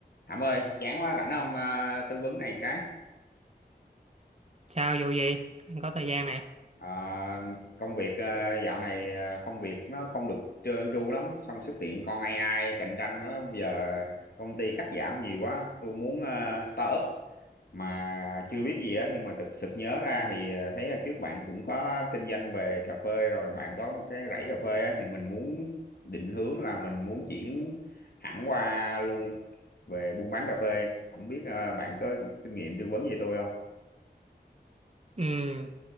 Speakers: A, on the left (about 65°); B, on the right (about 40°).
A: Thảm ơi, chán quá rảnh không à, tư vấn này cái
B: Sao vụ gì? Anh có thời gian nè.
A: à, công việc à, dạo này à, công việc nó không được trơn tru lắm xong xuất hiện con AI cạnh tranh đó. Bây giờ công ty cắt giảm nhiều quá tôi muốn à, start up mà chưa biết gì hết nhưng mà thực sự nhớ ra thì à, thấy là trước bạn cũng có kinh doanh về cà phê rồi bạn có một cái rẫy cà phê á, thì mình muốn định hướng là mình muốn chuyển hẳn qua luôn về buôn bán cà phê không biết à, bạn có kinh nghiệm tư vấn gì tôi không
B: Ừ,